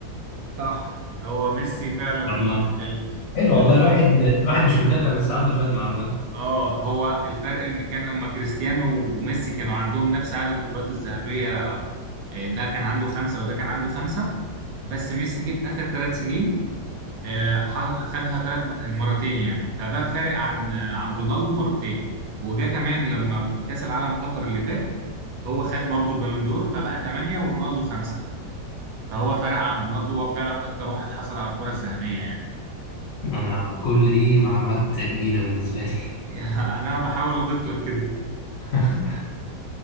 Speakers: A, on the right; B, on the left.
A: صح هو ميسي فعلا ال...
B: طب ما
A: ال...
B: حلو
A: ال...
B: والله الواحد الواحد مش متابع بس عنده شوية معلومات
A: اه هو الفرق ان كان لما كريستيانو وميسي كانوا عندهم نفس عدد الكرات الذهبية آه، ده كان عنده خمسة وده كان عنده خمسة بس ميسي جه في آخر ثلاث سنين آه، ح- خدها ثلاث مرتين يعني فبقى فارق عن عن رونالدو مرتين وجا كمان لما في كأس العالم قطر اللي فات هو خد برضو البالندور فبقى ثمانية ورونالدو خمسة فهو فرق عن رونالدو هو فعلا أكتر واحد حصل على الكرة الذهبية يعني
B: انا كل دي معلومات جديدة بالنسبة لي
A: <laughs> أنا بحاول أضيف لك كده
B: <laughs>